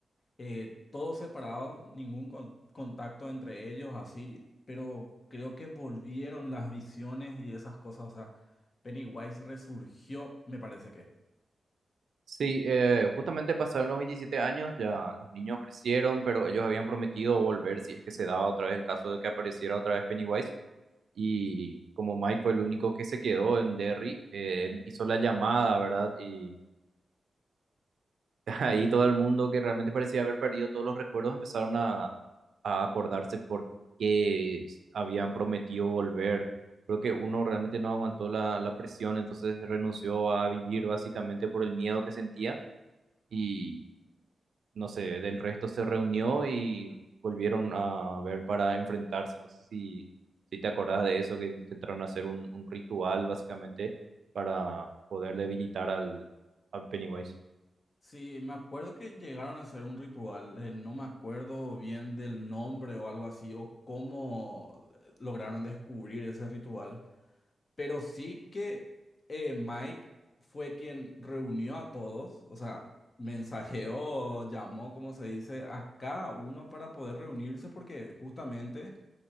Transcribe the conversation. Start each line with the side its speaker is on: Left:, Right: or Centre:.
Left: eh, todos separados, ningún con- contacto entre ellos, así, pero creo que volvieron las visiones y esas cosas, o sea, Pennywise resurgió, me parece que.
Right: Sí, eh, justamente pasaron los 27 años, ya los niños crecieron, pero ellos habían prometido volver si es que se daba otra vez el caso de que apareciera otra vez Pennywise. Y como Mike fue el único que se quedó en Derry, eh, él hizo la llamada, ¿verdad? Y <laughs> Ahí todo el mundo que realmente parecía haber perdido todos los recuerdos empezaron a, a acordarse por qué habían prometido volver. Creo que uno realmente no aguantó la, la presión, entonces renunció a vivir básicamente por el miedo que sentía y no sé, del resto se reunió y volvieron a ver para enfrentarse. No sé si, si te acordás de eso, que intentaron hacer un, un ritual básicamente para poder debilitar al, al Pennywise.
Left: Sí, me acuerdo que llegaron a hacer un ritual, eh, no me acuerdo bien del nombre o algo así, o cómo eh, lograron descubrir ese ritual. Pero sí que eh, Mike fue quien reunió a todos, o sea, mensajeó, llamó, como se dice, a cada uno para poder reunirse, porque justamente